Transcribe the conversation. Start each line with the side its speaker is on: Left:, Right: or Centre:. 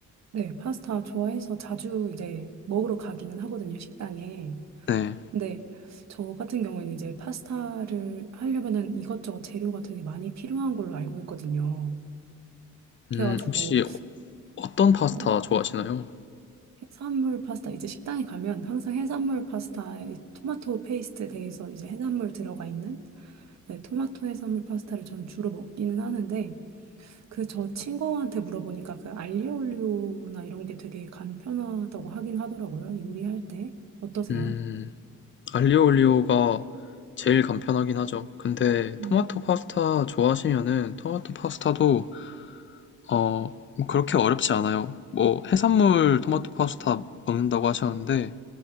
Right: 네, 파스타 좋아해서 자주 이제 먹으러 가기는 하거든요, 식당에.
Left: 네.
Right: 근데 저 같은 경우에는 이제 파스타를 하려면은 이것저것 재료가 되게 많이 필요한 걸로 알고 있거든요. 그래가지고,
Left: 음, 혹시 어떤 파스타
Right: 어,
Left: 좋아하시나요?
Right: 해산물 파스타, 이제 식당에 가면 항상 해산물 파스타에 이 토마토 페이스트 대해서 이제 해산물 들어가 있는 네, 토마토 해산물 파스타를 저는 주로 먹기는 하는데, 그 저 친구한테 물어보니까 그 알리오올리오나 이런 게 되게 간편하다고 하긴 하더라고요. 요리할 때. 어떠세요?
Left: 음, 알리오 올리오가 제일 간편하긴 하죠. 근데
Right: 음,
Left: 토마토 파스타 좋아하시면은 토마토 파스타도 어, 뭐 그렇게 어렵지 않아요. 뭐 해산물 토마토 파스타 먹는다고 하셨는데